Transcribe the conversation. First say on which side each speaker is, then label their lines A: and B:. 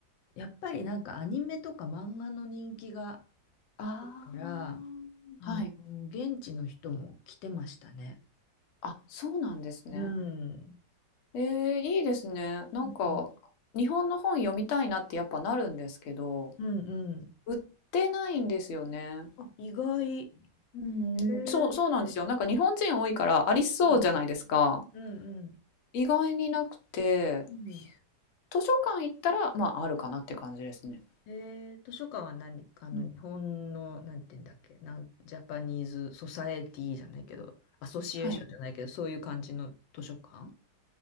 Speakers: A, on the left (about 85°); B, on the left (about 65°).
A: やっぱりなんかアニメとか漫画の人気が、
B: あ
A: から、あの、
B: あ、はい。
A: 現地の人も来てましたね。
B: あ、そうなんですね。
A: うん。
B: ええ、いいですね。なんか、
A: うん、
B: 日本の本読みたいなってやっぱなるんですけど、
A: うん、うん。
B: 売ってないんですよね。
A: あ、意外。へ
B: うん、
A: え
B: そうそうなんですよ。なんか日本人多いからありそうじゃないですか。
A: うん、うん、うん。
B: 意外になくて、
A: うん
B: 図書館行ったら、まあ、あるかなって感じですね。
A: えー、図書館は何あの、
B: うん。
A: 日本の、なんて言うんだっけ、なん、ジャパニーズ・ソサエティじゃないけど、アソシエーションじゃないけど、
B: はい。
A: そういう感じの図書館